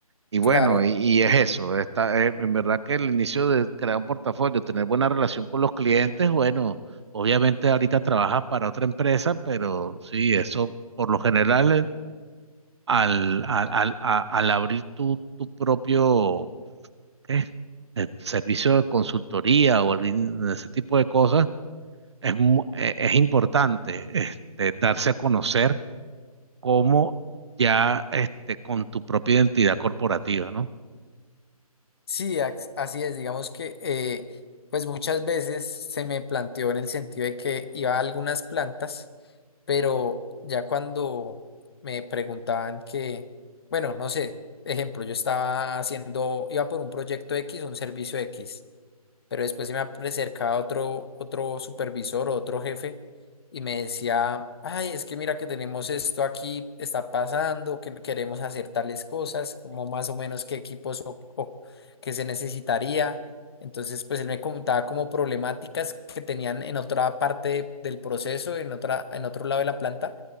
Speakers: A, on the right (about 45°); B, on the left (about 40°).
A: Y bueno,
B: claro.
A: y, y es eso, está, eh, en verdad que el inicio de crear un portafolio, tener buena relación con los clientes, bueno, obviamente ahorita trabajas para otra empresa, pero sí, eso por lo general eh, al, al, al, a- al abrir tu, tu propio ¿qué? Eh, servicio de consultoría o algún- ese tipo de cosas, es, mu- eh, es importante este, darse a conocer como ya este, con tu propia identidad corporativa, ¿no?
B: Sí, ax- así es, digamos que eh, pues muchas veces se me planteó en el sentido de que iba a algunas plantas, pero ya cuando me preguntaban que, bueno, no sé, ejemplo, yo estaba haciendo, iba por un proyecto X, un servicio X, pero después se me acercaba otro, otro supervisor o otro jefe y me decía, ay, es que mira que tenemos esto aquí, está pasando, que queremos hacer tales cosas, como más o menos qué equipos o, o que se necesitaría. Entonces, pues él me comentaba como problemáticas que tenían en otra parte del proceso, en otra, en otro lado de la planta